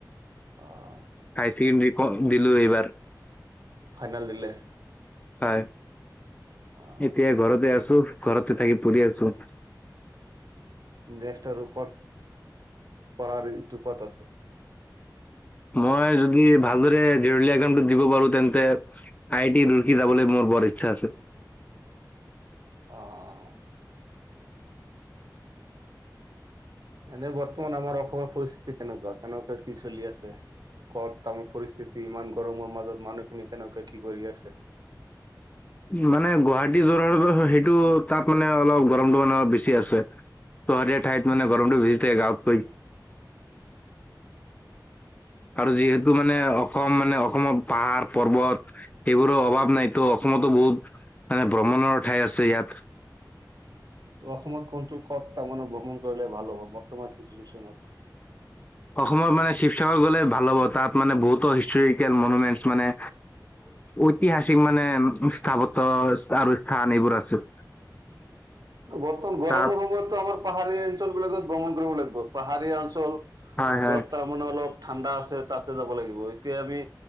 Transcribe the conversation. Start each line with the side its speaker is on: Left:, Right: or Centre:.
Right: আহ
Left: হাইছেকেন্দাৰী ক দিলো এইবাৰ।
Right: ফাইনেল দিলে?
Left: হয়
Right: আহ
Left: এতিয়া ঘৰতে আছো ঘৰতে থাকি পঢ়ি আছো।
Right: ৰেস্ট আৰু কত পঢ়া ৰেস্টটো কত আছে?
Left: মই যদি ভালদৰে জৰুলীয়া কাম দিব পাৰো তেন্তে আই টি ডিউতি যাবলৈ মোৰ বৰ ইচ্ছা আছে।
Right: আহ। এনেই বৰ্তমান আমাৰ অসমৰ পৰিস্থিতি কেনেকুৱা কেনেকুৱা কি চলি আছে? কৰ তামাৰ পৰিস্থিতি ইমান গৰমৰ মাজত মানুহখিনি কেনেকে কি কৰি আছে?
Left: <inaudible> মানে গুৱাহাটী যোৰহাট সেইটো তাত মানে অলপ গৰমটো মানে অলপ বেছি আছে। ত হৰিীয়া ঠাইত মানে গৰমটো ভিজ দেগ আপক আৰু যিহেতু মানে অসম মানে অসমত পাহাৰ পৰ্বত সেইবোৰৰ অভাৱ নাইতো অসম অসমতো বহুত মানে ভ্ৰমণৰ ঠাই আছে ইয়াত।
Right: ত অসমত কোনটো কথ তাৰ মানে ভ্ৰহণ কৰিলে ভাল হব বৰ্তমান চিচচনত?
Left: অসমত মানে শিৱসাগৰ গ'লে ভাল হ'ব তাত মানে বহুতো হিষ্টৰিকেল মনুমেণ্টছ মানে ঐতিহাসিক মানে স্থাপত্ আৰু স্থান এইবোৰ আছে।
Right: বৰ্তমান গৰমৰ
Left: তাত
Right: সময়তো আমাৰ পাহাৰীয়া অঞ্চল বিলাকত ভ্ৰমণ কৰিব লাগিব পাহাৰীয়া অঞ্চল
Left: হয় হয়
Right: য'ত তাৰমানানে অলপ ঠাণ্ডা আছে তাতে যাব লাগিব এতিয়া আমি